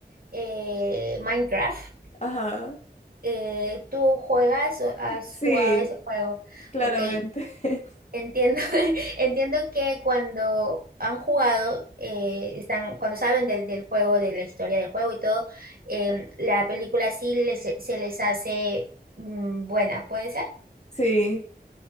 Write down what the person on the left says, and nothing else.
ajá.
Sí,
claramente.
<laughs>
Sí.